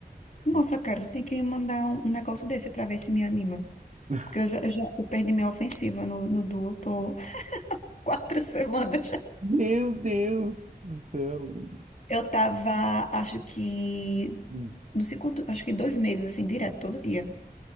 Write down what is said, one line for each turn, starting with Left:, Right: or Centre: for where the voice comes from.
Left: Nossa,
Right: Sim.
Left: cara, tu tem que me mandar um, um negócio desse pra ver se me anima.
Right: <laughs>
Left: Porque eu já, eu já- eu perdi minha ofensiva no, no Duo, tô <laughs> quatro semanas.
Right: Meu Deus do céu.
Left: Eu tava, acho que.
Right: Hum,
Left: Não sei quanto, acho que dois meses, assim, direto, todo dia.